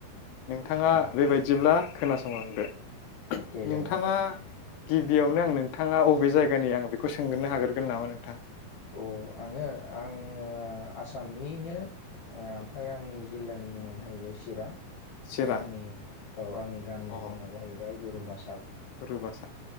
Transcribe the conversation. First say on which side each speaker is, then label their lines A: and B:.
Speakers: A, on the left; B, on the left.
A: नोंथांङा
B: अ
A: बेबायदिब्ला खोनासंलांदो
B: दे जागोन
A: नोंथांङा गिबियावनो आं नोंथांङा अबे जायगानि आं बेखौ सोंगोरो हाग्रगोन नामा नोंथां
B: औ आंङो आंङो आसामनिनो ओमफ्राय आंनि जिल्लानि मुंङा जाहैबाय चिरां
A: चिरां
B: आंनि औ आंनि गामिनि
A: अ
B: मुंङा जाहैबाय गुरुबास
A: <unintelligible>